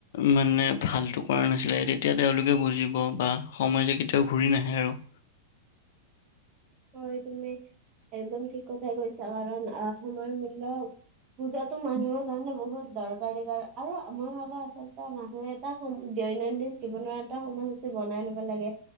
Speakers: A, on the left; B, on the right.
A: মানে ভালতো কৰা নাছিলে তেতিয়া তেওঁলোকে বুজিব বা সময় যে কেতিয়াও ঘূৰি নাহে আৰু
B: হয় তুমি একদম ঠিক কথাই কৈছা কাৰণ আহ সময়ৰ মূল্য পূজাতো মানুহৰ কাৰণে বহুত দৰকাৰী কাৰণ আৰু মই ভাবো আচলতে মানুহে এটা সময় দৈনন্দিন জীৱনৰ এটা সময়সূচী বনাই ল'ব লাগে।